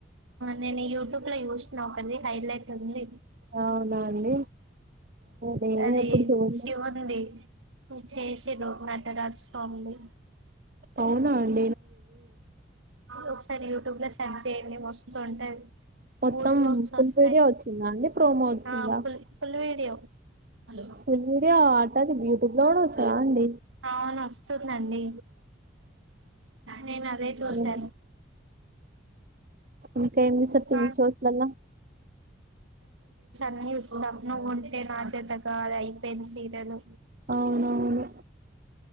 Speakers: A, on the right; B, on the right.
A: నేను యుటూబ్ ఇట్ల చూసు కనీ హైలేట్ ఉంది
B: అవునా అండి నేను
A: అది
B: ఎప్పుడు చూడలే
A: శివ ఉంది నువు చేసేలో నటరాజ స్వామిని
B: అవునా అం
A: ఆ ఒకసారి యూట్యూబ్ ల సర్చ్ చేయండి మస్తు ఉంటది
B: మొత్తం
A: గుసుబమ్స్
B: ఫుల్
A: వస్తాయి
B: వీడియో వచ్చిందా అండి ప్రోమో వచ్చిందా
A: ఆ full full video hello
B: full video ఆటది యూట్యూబ్ లో కూడా వస్తదా అండి
A: అవును అస్తుందండి నేను అదే చూసాను
B: ఏమో. ఇంకా ఏం చూస్తారు
A: చ
B: టీవీ షోస్లలా
A: ఉస్తన గుంటంట మాజ దగయి పెన్సీలను
B: అవునవును